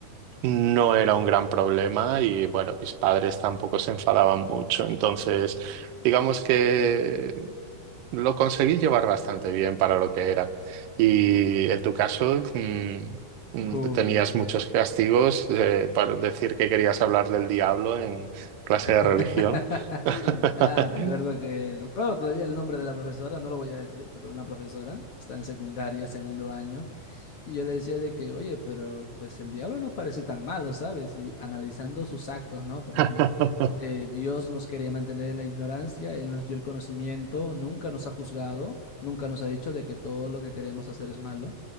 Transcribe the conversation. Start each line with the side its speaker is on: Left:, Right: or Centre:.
Right: no era un gran problema y bueno, mis padres tampoco se enfadaban mucho. Entonces, digamos que lo conseguí llevar bastante bien para lo que era. Y en tu caso, mm, mm,
Left: Uy,
Right: tenías muchos castigos eh, para decir que querías hablar del diablo en clase
Left: <laughs>
Right: de religión. <laughs>
Left: Ah, recuerdo que recuerdo todavía el nombre de la profesora, no lo voy a decir, pero una profesora está en secundaria, segundo año, Y yo le decía de que, oye, pero pues el diablo no parece tan malo, ¿sabes? Y analizando sus actos, ¿no? Por ejemplo,
Right: Ajá.
Left: eh, Dios nos quería mantener en la ignorancia, Él nos dio el conocimiento, nunca nos ha juzgado, nunca nos ha dicho de que todo lo que queremos hacer es malo.